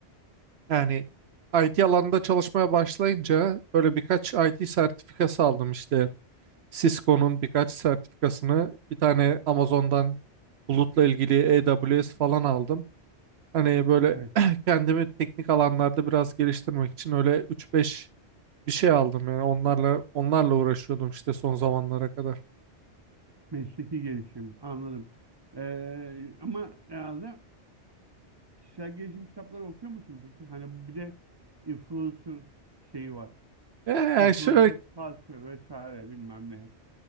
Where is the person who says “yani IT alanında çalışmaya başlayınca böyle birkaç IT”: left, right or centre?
Right